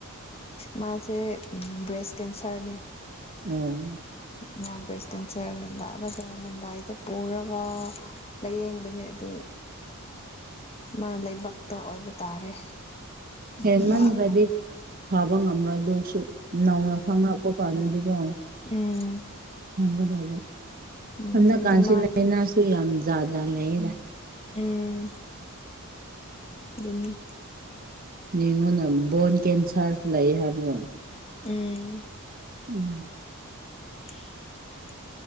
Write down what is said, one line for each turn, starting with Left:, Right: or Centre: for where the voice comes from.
Left: ꯃꯥꯖꯦ ꯕ꯭ꯔꯦꯁ ꯀꯦꯟꯁꯔꯅꯦ
Right: ꯎꯝ
Left: ꯃꯥ ꯕ꯭ꯔꯦꯁ ꯀꯦꯟꯁꯔ ꯅꯥꯔꯒ ꯃꯨꯝꯕꯥꯏꯗ ꯄꯨꯔꯒ ꯂꯥꯏꯌꯦꯡꯕꯅꯦ ꯑꯗꯨ ꯃꯥ ꯂꯩꯕꯥꯛꯇ ꯑꯣꯏꯕ ꯇꯥꯔꯦ
Right: ꯍꯦꯟꯃꯟꯈ꯭ꯔꯗꯤ
Left: ꯎꯝ
Right: ꯐꯕ ꯉꯝꯔꯣꯏ ꯑꯗꯨꯁꯨ ꯅꯧꯅ ꯈꯪꯔꯛꯄ ꯀꯥꯟꯗꯗꯤꯀꯣ
Left: ꯎꯝ
Right: ꯍꯤꯡꯒꯗꯕ
Left: ꯎꯝ
Right: ꯁꯨꯝꯀꯥꯟꯁꯦ
Left: ꯑꯗꯨ ꯃꯥꯒꯤ
Right: ꯂꯥꯏꯅꯥꯁꯨ ꯌꯥꯝ ꯖꯥꯠ ꯖꯥꯠ ꯂꯩꯌꯦ
Left: ꯎꯝ ꯑꯗꯨꯅ
Right: ꯌꯦꯡꯉꯣꯅ ꯕꯣꯟ ꯀꯦꯟꯁꯔꯁꯨ ꯂꯩ ꯍꯥꯏꯕꯒꯨꯝ
Left: ꯎꯝ
Right: <inaudible>
Left: <unintelligible>